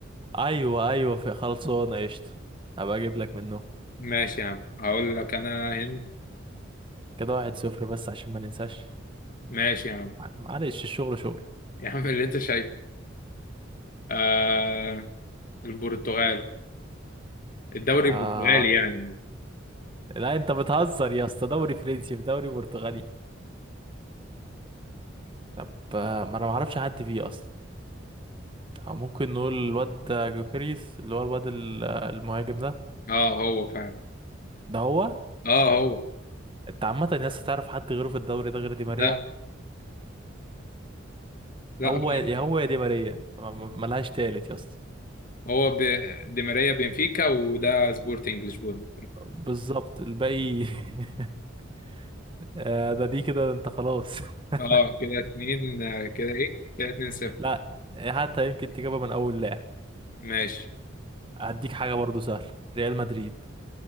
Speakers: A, on the right; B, on the left.
A: ايوه ايوه في خلاص هو انا قشطه هبقى اجيب لك منه
B: ماشي يا عم هقول لك انا هند
A: كده واحد صفر بس عشان ما ننساش
B: ماشي يا عم
A: معلش الشغل شغل
B: يا عم اللي انت شايفه آه البرتغال الدوري
A: آه
B: البرتغالي يعني
A: لا انت بتهزر يا اسطى دوري فرنسي في دوري برتغالي طب آه، ما انا ما اعرفش حد فيه اصلا أو ممكن نقول الواد جوكريس اللي هو الواد ال- المهاجم ده
B: اه هو فعلا
A: ده هو
B: اه هو
A: انت عامة الناس تعرف حد غيره في الدوري ده غير دي ماريا
B: لا لا
A: هو
B: هو
A: يا هو يا دي ماريا ما- ما- ملهاش تالت يا اسطى
B: هو ب... دي ماريا بنفيكا وده سبورتنج لشبونه
A: بالظبط الباقي <laughs> آه، ده دي كده انت خلاص <laughs>
B: اه كده اتنين آه، كده ايه كده اتنين صفر
A: لا حتى يمكن تجيبها من اول لاعب
B: ماشي
A: هديك حاجة برضو سهلة ريال مدريد